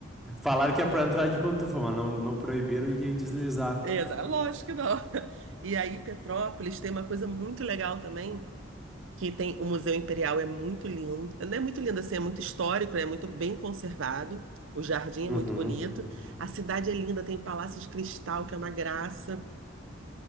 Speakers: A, in the centre; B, on the right.
A: Falaram que é pra entrar de pantufa, mas não, não proibiram de deslizar.
B: Exato, lógico que não. <laughs> E aí, Petrópolis tem uma coisa muito legal também, que tem o Museu Imperial é muito lindo. Não é muito lindo assim, é muito histórico, né? É muito bem conservado. O jardim é
A: Uhum.
B: muito bonito. A cidade é linda, tem o Palácio de Cristal, que é uma graça.